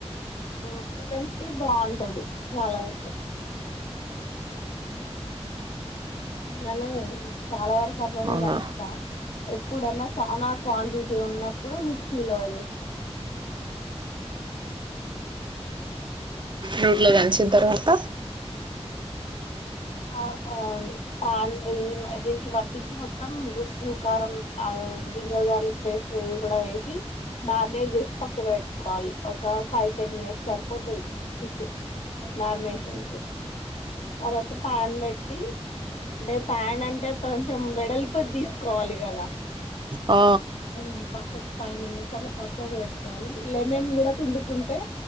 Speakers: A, on the left (about 80°); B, on the right (about 45°).
A: రోట్లో దంచినై బాగుంటది చాలా వరకు ఇన్లనే చాలా వరకు అట్లనే
B: అవునా
A: దంచుతా ఎప్పుడన్నా చానా క్వాంటిటీ ఉన్నప్పుడు మిక్సీలోది
B: రోట్ లో దంచిన తర్వాత
A: ఆ ఆ పాన్ ఈ దీనికి వటిచ్చి మొత్తం ఉప్పు కారం జింజర్ గార్లిక్ పేస్ట్ ఇది కూడా వేసి మ్యారినేట్ చేసి పక్కకు పెట్టుకోవాలి ఒక ఫైవ్ టెన్ మినిట్స్ సరిపోతది ఫిష్ మ్యారినేషన్కు తర్వాత పాన్ పెట్టి అంటే ప్యాన్ అంటే కొంచెం వెడల్పుది తీసుకోవాలి కదా
B: ఆ
A: ఉమ్ పక్కకు ఫైవ్ మినిట్స్ అట్లా పక్కాకు పెట్టుకోవాలి లెమన్ కూడా పిండుకుంటే